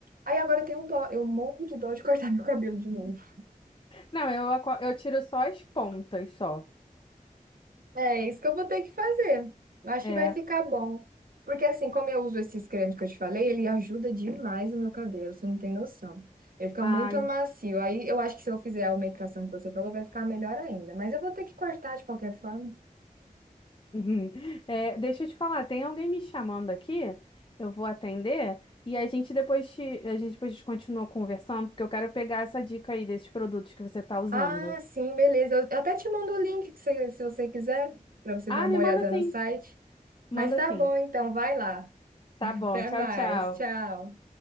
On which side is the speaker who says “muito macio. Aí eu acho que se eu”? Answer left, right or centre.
Right